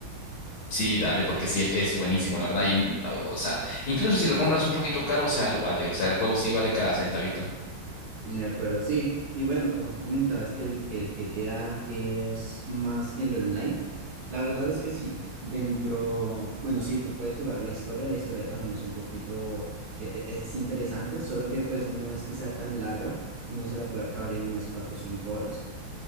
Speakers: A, on the left; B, on the right.
A: Sí, dale, porque sí es buenísimo, la verdad. Y, n- o sea, incluso si lo compras un poquito caro, o sea, lo vale. O sea, el juego sí vale cada centavito.
B: De acuerdo, sí. Y bueno, como tú comentabas que el, que el GTA es más el online, la verdad es que sí. Dentro, bueno, sí, tú puedes jugar la historia, la historia también es un poquito, e- e- es interesante, solo que pues no es que sea tan larga, uno se la puede acabar en unas 4 o 5 horas,